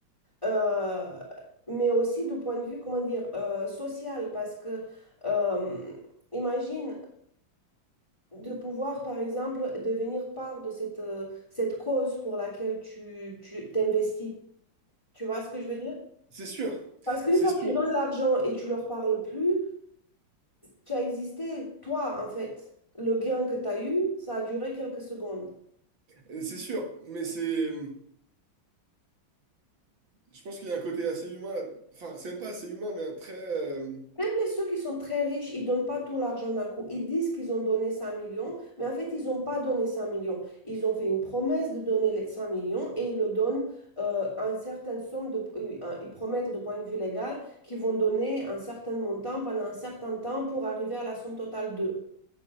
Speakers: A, on the left; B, on the right.
A: euh, mais aussi de point de vue, comment dire, euh, social, parce que euh, imagine de pouvoir, par exemple, devenir part de cette, euh, cette cause pour laquelle tu, tu t'investis. Tu vois ce que je veux dire?
B: C'est sûr.
A: Parce qu'une
B: C'est
A: fois
B: sûr.
A: que tu donnes l'argent et tu leur parles plus, tu as existé toi en fait. Le gain que tu as eu, ça a duré quelques secondes.
B: euh, C'est sûr. Mais c'est Je pense qu'il y a un côté assez humain là. Enfin, c'est même pas assez humain, mais un très. euh,
A: Même les ceux qui sont très riches, ils donnent pas tout l'argent d'un coup. Ils disent qu'ils ont donné 5 millions, mais en fait, ils n'ont pas donné 5 millions. Ils ont fait une promesse de donner les 5 millions et ils le donnent euh, une certaine somme, de, euh, ils promettent de point de vue légal qu'ils vont donner un certain montant pendant un certain temps pour arriver à la somme totale de.